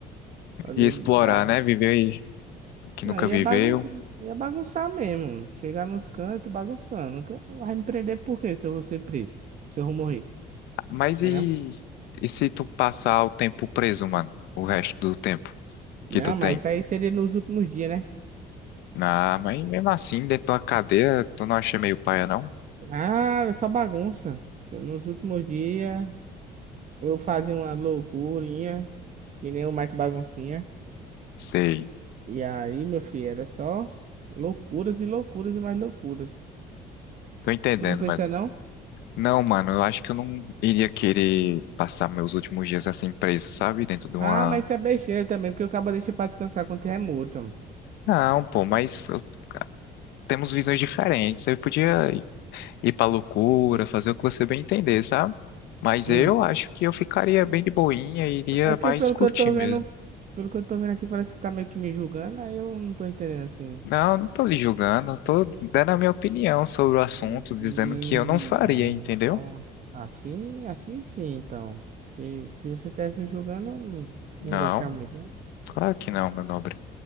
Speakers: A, on the right; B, on the left.
A: fazer
B: e explorar,
A: barra.
B: né? Viver aí o que
A: Não,
B: nunca
A: ia,
B: viveu.
A: bagun ia bagunçar mesmo. Chegar nos cantos bagunçando. Que- Vai me prender por quê se eu vou ser preso? Se eu vou morrer,
B: Mas
A: né?
B: e,
A: Não,
B: e se tu passar o tempo preso, mano? O resto do tempo que
A: não,
B: tu tem?
A: mas isso aí seria nos últimos dias, né?
B: Ah, mas mesmo assim, dentro da cadeia, tu não acha meio paia, não?
A: Ah, só bagunça. Só Nos últimos dias eu fazia uma loucurinha, que nem o Mike Baguncinha.
B: Sei.
A: E aí, meu filho, era só loucuras e loucuras e mais loucuras.
B: Tô entendendo,
A: Tu não pensa,
B: mas.
A: não?
B: Não, mano, eu acho que eu não iria querer passar meus últimos dias assim preso, sabe? Dentro de uma.
A: Ah, mas isso é besteira também, porque o cabo deixa pra descansar quando é morto.
B: Não, pô, mas eu- temos visões diferentes. Você podia ir ir pra loucura, fazer o que você bem entender, sabe? Mas
A: Hum.
B: eu acho que eu ficaria bem de boinha e iria
A: É porque
B: mais
A: pelo
B: curtir
A: que eu tô
B: mesmo.
A: vendo, pelo que eu tô vendo aqui, parece que você tá meio que me julgando, aí eu não tô entendendo assim.
B: Não, não tô lhe julgando, eu tô dando a minha opinião sobre o assunto,
A: Sim,
B: dizendo que eu não faria,
A: ah,
B: entendeu?
A: então, assim, assim sim, então. Porque se você tivesse me julgando, eu não
B: Não.
A: ia gostar muito, né?
B: Claro que não, meu nobre.